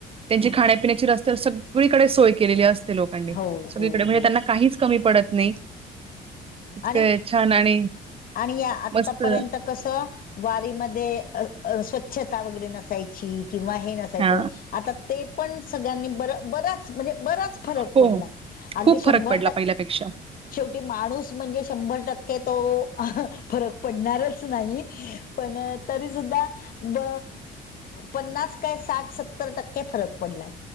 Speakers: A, on the right; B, on the left.
A: त्यांची खाण्यापिण्याची रस्त्यावर सगळीकडे सोय केलेली असते लोक
B: हो
A: सगळीकडे
B: हो
A: म्हणजे
B: हो
A: त्यांना काहीच कमी पडत नाही इतक
B: आणि
A: छान आणि
B: आणि या आतापर्यंत
A: मस्त
B: कस वारी मध्ये अ स्वच्छता वगैरे नसायची किंवा हे न सायच
A: हा
B: आता ते पण सगळ्यांनी बर बरच म्हणजे बरच. फरक
A: हो
B: पडलाय
A: हो.
B: अगदी
A: खूप
B: शंभर
A: फरक पडला
B: टक्के
A: पहिल्यापेक्षा
B: शेवटी माणूस म्हणजे शंभर टक्के तो फरक पडणारच नाही पण तरी सुुद्धा ब पन्नास काय साठ सत्तर टक्के फरक पडलाय.